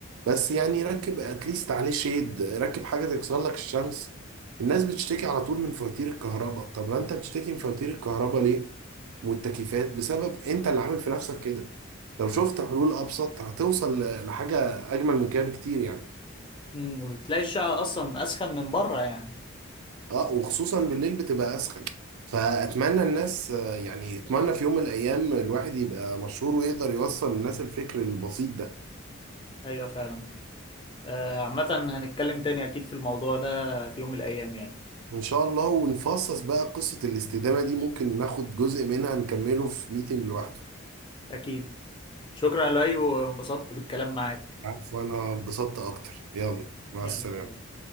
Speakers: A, on the right; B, on the left.
A: بس يعني ركب اتليست عليه شيد ركب حاجه تكسر لك الشمس الناس بتشتكي على طول من فواتير الكهرباء طب ما انت بتشتكي من فواتير الكهرباء ليه والتكييفات بسبب انت اللي عامل في نفسك كده لو شفت حلول ابسط هتوصل ل- لحاجه اجمل من كده بكتير يعني
B: مم، وتلاقي الشقة أصلا أسخن من بره يعني
A: اه وخصوصا بالليل بتبقى اسخن فاتمنى الناس آه، يعني يتمنى في يوم من الايام الواحد يبقى مشهور ويقدر يوصل للناس الفكر البسيط ده
B: أيوة فعلا آه، عامة هنتكلم تاني أكيد في الموضوع ده في يوم من الأيام يعني
A: ان شاء الله ونفصص بقى قصة الاستدامة دي ممكن ناخد جزء منها نكمله في ميتنج لوحده
B: أكيد شكرا يا لؤي وانبسطت بالكلام معاك
A: عفوا انا انبسطت اكتر يلا مع
B: يلا
A: السلامة
B: سلام